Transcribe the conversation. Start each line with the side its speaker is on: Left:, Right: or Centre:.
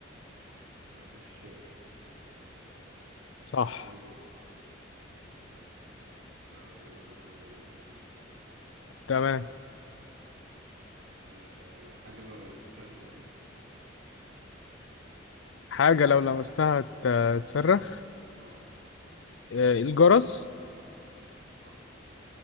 Right: آه، بيت الشعر
Left: صح
Right: تقريبا إيه ماشي هقول لك انا برضه حاجة تانية
Left: تمام
Right: أه حاجة لو لمستها تصرخ
Left: حاجة لو لمستها ت- تصرخ
Right: اه
Left: آه، الجرس
Right: صح